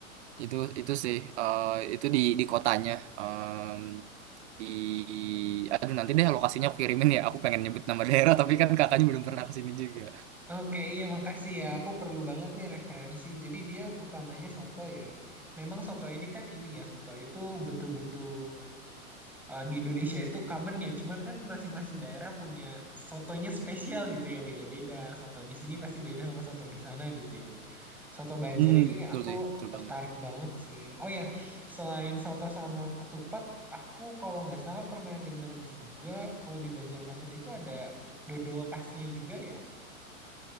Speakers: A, on the right; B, in the centre.
A: Itu itu sih eh, itu di di kotanya. Mmm, di aduh nanti deh lokasinya aku kirimin ya aku pengen nyebut nama daerah tapi kan kakaknya belum pernah kesini juga
B: Oke, iya makasih ya. Aku perlu banget nih referensi. Jadi dia utamanya soto ya. Memang soto ini kan ini ya, soto itu betul-betul eh, di Indonesia itu common ya. Cuman kan masing-masing daerah punya sotonya spesial gitu ya, beda-beda. Soto di sini pasti beda sama soto di sana gitu ya. Soto Banjar
A: hmm
B: ini
A: betul
B: aku
A: sih betul
B: tertarik
A: banget
B: banget sih. Oh ya, selain soto sama ketupat, aku kalau nggak salah pernah denger juga kalau di Banjarmasin itu ada dodol khasnya juga ya.